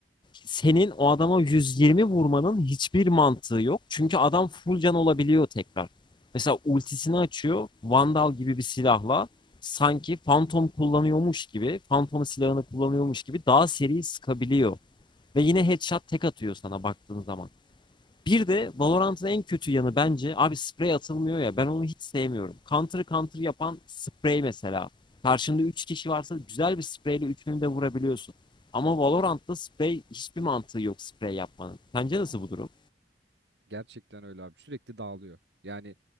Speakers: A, on the left; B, on the right.
A: senin o adama 120 vurmanın hiçbir mantığı yok. Çünkü adam full can olabiliyor tekrar. Mesela ultisini açıyor. Vandal gibi bir silahla sanki Phantom kullanıyormuş gibi, Phantom silahını kullanıyormuş gibi daha seri sıkabiliyor. Ve yine headshot tek atıyor sana baktığın zaman. Bir de Valorant'ın en kötü yanı bence abi sprey atılmıyor ya ben onu hiç sevmiyorum. Counter counter yapan sprey mesela. Karşında 3 kişi varsa güzel bir spreyle üçünü de vurabiliyorsun. Ama Valorant'ta sprey hiçbir mantığı yok sprey yapmanın. Sence nasıl bu durum?
B: Gerçekten öyle abi. Sürekli dağılıyor. Yani